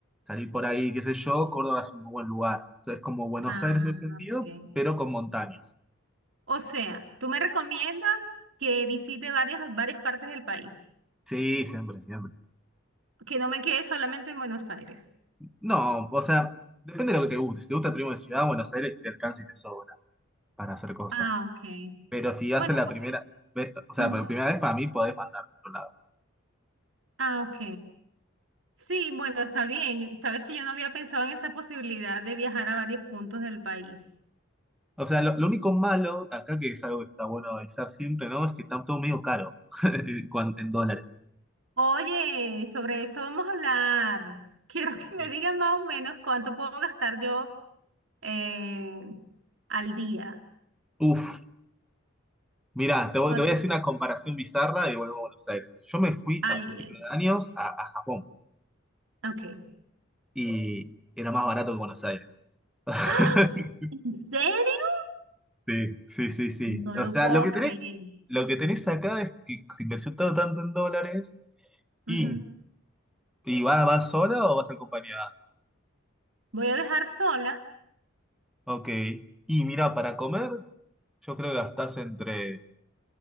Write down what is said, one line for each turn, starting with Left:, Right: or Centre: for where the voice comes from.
Centre: salir por ahí, qué sé yo, Córdoba es un muy buen lugar. O sea, es como Buenos
Right: Ah,
Centre: Aires en ese sentido,
Right: ok.
Centre: pero con montañas.
Right: O sea, tú me recomiendas que visite varias, varias partes del país,
Centre: Sí, siempre, siempre.
Right: que no me quede solamente en Buenos Aires.
Centre: No, o sea, depende de lo que te guste. Si te gusta Turismo de Ciudad, Buenos Aires te alcanza y te sobra para hacer cosas.
Right: Ah, ok.
Centre: Pero si
Right: Bueno,
Centre: haces la
Right: porque-
Centre: primera vez, o sea,
Right: ujú.
Centre: por primera vez para mí podés mandar a otro lado.
Right: Ah, ok. Sí, bueno, está bien. Sabes que yo no había pensado en esa posibilidad de viajar a varios puntos del país.
Centre: O sea, lo, lo único malo acá que es algo que está bueno avisar siempre, ¿no? Es que está todo medio caro <laughs> cuan- en dólares.
Right: Oye, sobre eso vamos a hablar. <laughs> Quiero que me
Centre: Sí.
Right: digan más o menos cuánto puedo gastar yo eh, al día.
Centre: Uf, mirá, te voy,
Right: ¿Cuánto?
Centre: te voy a hacer una comparación bizarra y vuelvo a Buenos Aires. Yo me fui
Right: Ay,
Centre: a principios
Right: ay,
Centre: de años a, a Japón
Right: ay. Ok.
Centre: y era más barato que Buenos Aires.
Right: <gasps>
Centre: <laughs>
Right: ¡Ah! ¿En serio?
Centre: Sí, sí, sí, sí.
Right: No
Centre: O
Right: lo
Centre: sea,
Right: puedo
Centre: lo que
Right: creer.
Centre: tenés Lo que tenés acá es que se invirtió todo tanto en dólares y,
Right: Ujú.
Centre: y va, ¿vas sola o vas acompañada?
Right: Voy a dejar sola.
Centre: Ok. Y mira, para comer, yo creo que gastás entre,